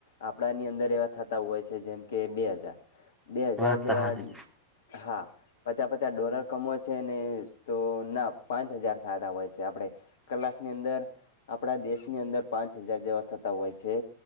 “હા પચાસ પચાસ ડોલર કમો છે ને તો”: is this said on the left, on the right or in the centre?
Left